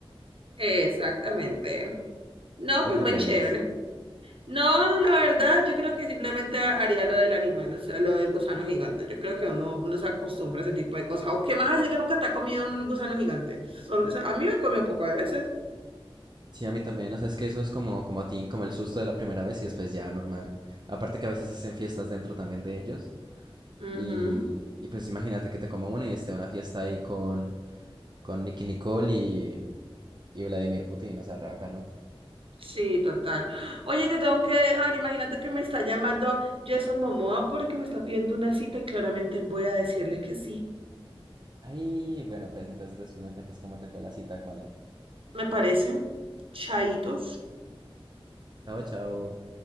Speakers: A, on the right; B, on the right.
A: exactamente. No,
B: ¿O
A: pues
B: tú
A: muy
B: qué
A: chévere.
B: harías?
A: No, la verdad, yo creo que simplemente haría lo del animal, o sea, lo del gusano gigante. Yo creo que uno, uno se acostumbra a ese tipo de cosas. ¿O qué más hace que nunca te ha comido un gusano gigante? Solo- o sea, a mí me ha comido un poco de veces.
B: Sí, a mí también, o sea, es que eso es como, como a ti, como el susto de la primera vez y después ya normal. Aparte que a veces hacen fiestas dentro también de ellos.
A: Ujú,
B: Y, y pues imagínate que te coma uno y esté una fiesta ahí con, con Nicki Nicole y, y Vladimir Putin, o sea, re bacano.
A: Sí, total. Oye, te tengo que dejar. Imagínate que me está llamando Jason Momoa porque me está pidiendo una cita y claramente voy a decirle que sí.
B: Ay, bueno, pues entonces después me cuentas cómo te fue la cita con él.
A: me parecen Chaitos.
B: Chao, chao.